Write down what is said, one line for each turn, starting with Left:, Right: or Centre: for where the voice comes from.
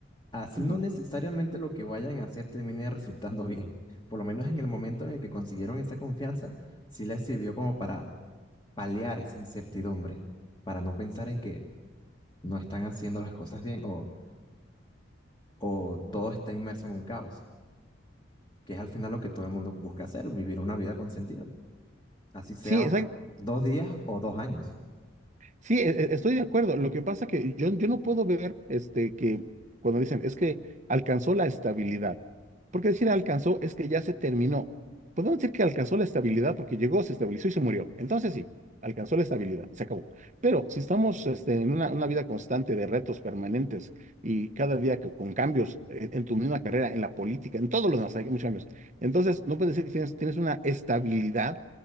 Left: Así
Right: Ujú.
Left: no necesariamente lo que vayan a hacer termine resultando bien. Por lo menos en el momento en el que consiguieron esa confianza, sí les sirvió como para paliar esa incertidumbre, para no pensar en que no están haciendo las cosas bien o, o todo está inmerso en un caos. que es al final lo que todo el mundo busca hacer, vivir una vida con sentido, así sea
Right: Sí, exacto.
Left: dos días o dos años.
Right: Sí, e- e- estoy de acuerdo. Lo que pasa que yo, yo no puedo ver este, que cuando dicen es que alcanzó la estabilidad. Porque decir alcanzó es que ya se terminó. Podemos decir que alcanzó la estabilidad porque llegó, se estabilizó y se murió. Entonces sí, alcanzó la estabilidad, se acabó. Pero si estamos este, en una, una vida constante de retos permanentes y cada día que- con cambios eh, en, tu misma carrera, en la política, en todos los demás, hay muchos cambios. Entonces no puedes decir que tienes, tienes una estabilidad